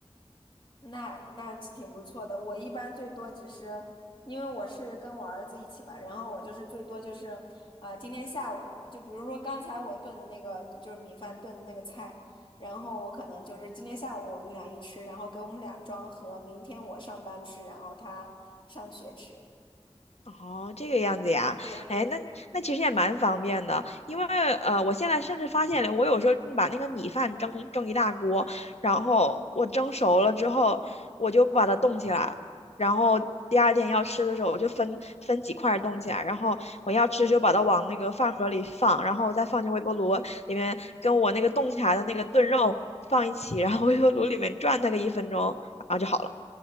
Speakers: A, on the left; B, on the left.
A: 那那挺不错的。我一般最多只是，因为我是跟我儿子一起吧，然后我就是最多就是，啊、今天下午就比如说刚才我炖的那个就是米饭炖的那个菜，然后我可能就是今天下午我们俩一吃，然后给我们俩装盒，明天我上班吃，然后他上学吃。
B: 哦，这个样子呀，
A: 对对，
B: 哎，那那其实也蛮方便的，因为呃，我现在甚至发现了，我有时候把那个米饭蒸蒸一大锅，然后我蒸熟了之后，我就把它冻起来，然后第二天要吃的时候，我就分分几块儿冻起来，然后我要吃就把它往那个饭盒里放，然后再放进微波炉里面，跟我那个冻起来的那个炖肉放一起，然后微波炉里面转它个一分钟，然后就好了。